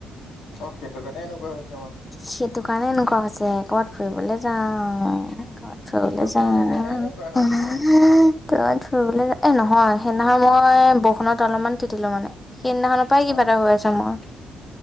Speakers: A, on the left; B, on the left.
A: অ', সেইটো কাৰণে এনেকুৱা হৈছ
B: সেইটো কাৰণে এনেকুৱা হৈছে ক'বাত ফুৰিবলৈ যাওঁ। <unintelligible> ক'বাত ফুৰিবলৈ যাম
A: পোৱা নাই কাৰণে এনেকুৱা হৈছে
B: <unintelligible> <unintelligible> এ নহয়, সেইদিনাখন মই বৰষুণত অলপমান তিতিলোঁ মানে সেইদিনাখনৰ পৰাই
A: অ
B: কিবা এটা হৈ আছে মোৰ